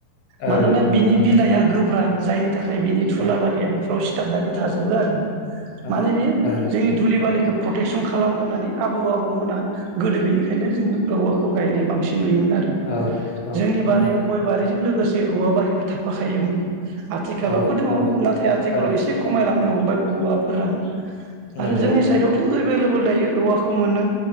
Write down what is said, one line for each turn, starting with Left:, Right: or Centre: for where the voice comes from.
Left: औ
Right: मानोना
Left: औ
Right: बिनि
Left: नंगौ
Right: बिलाइआ गोब्रा जायनि थाखाय बिनि थुला
Left: उम
Right: बालिया बे ससिथाबनानै थाजोबो आरो
Left: औ
Right: माने बियो
Left: थारैनो
Right: जोंनि धुलि बालिखौ प्रटेकसन खालाम खालामगोन होननानै आबौ आबौमोना गोदो बेनि बेओंखायनो जोंङो औवाखौ गायनाया बांसिन नुयोमोन आरो
Left: औ औ
Right: जोंनि बारियाव
Left: नंगौ
Right: गय बारिजों लोगोसे जे औवा बारिबो थाफाखायोमोन। आथिखालावबो
Left: औ
Right: दङ
Left: औ
Right: नाथाय आथिखालाव
Left: थारैनो
Right: एसे खमायलांनो हम औवाफोरा आरो
Left: नंगौ
Right: जोंनि साइडआवथ' एभेएभल दायो औवा खौ मोनो।